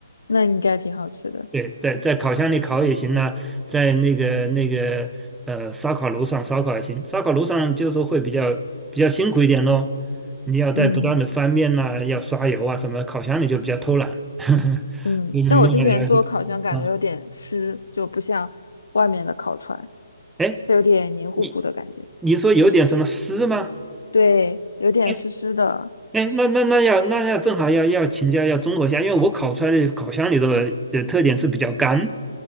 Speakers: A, on the left (about 70°); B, in the centre.
A: 那应该挺好吃的，
B: 对，在在烤箱里烤也行呐、在那个那个呃烧烤炉上烧烤也行。烧烤炉上就是说会比较比较辛苦一点咯，你要在不断的翻面呐、
A: 嗯
B: 要刷油啊什么。烤箱里就比较偷懒，<laughs>
A: 嗯。
B: 你能弄了弄求
A: 但我之前做烤箱感觉有点湿，
B: 啊。
A: 就不像外面的烤串，
B: 哎，
A: 它有点黏糊糊的感觉，
B: 你你说有点什么湿吗？
A: 对，有点湿湿的
B: 哎哎，那那那要那要正好要要请教要综合一下，因为我烤出来的烤箱里的呃特点是比较干，